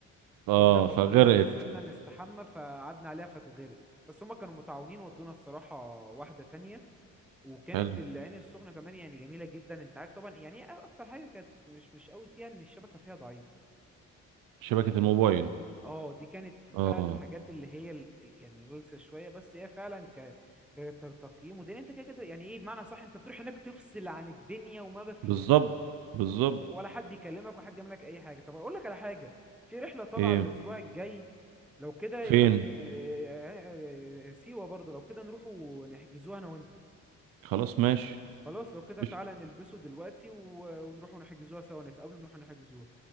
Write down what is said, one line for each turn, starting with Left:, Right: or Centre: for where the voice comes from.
Right: اه
Centre: كنا مبلولين
Right: فغرقت
Centre: وكسلنا نستحمى فقعدنا عليها فاتغرقت بس هما كانوا متعاونين ودونا الصراحه واحده تانية وكانت
Right: حلو
Centre: العين السخنه كمان يعني جميله جدا انت عارف طبعا يعني ايه اكتر حاجه كانت مش مش قوي فيها ان الشبكه فيها ضعيفه
Right: شبكة الموبايل
Centre: اه دي كانت فعلا
Right: اه
Centre: الحاجات اللي هي ال- ال- يعني الغلسه شويه بس هي فعلا ك ت- تقييم ودين انت كده كده يعني ايه بمعنى صح انت بتروح هناك تفصل عن الدنيا وما بقى فيها
Right: بالظبط بالظبط
Centre: ولا حد يكلمك ولا حد يعمل لك اي حاجه طب اقول لك على حاجه في رحله طالعه
Right: ايه
Centre: الاسبوع الجاي لو كده ايه
Right: فين
Centre: رايك ن... <laughs> سيوه برضه لو كده نروحوا نحجزوها انا وانت
Right: خلاص ماشي
Centre: خلاص لو كده
Right: قشطة
Centre: تعالى نلبسه دلوقتي و... ونروحوا نحجزوها سوا نتقابلوا نروحوا نحجزوها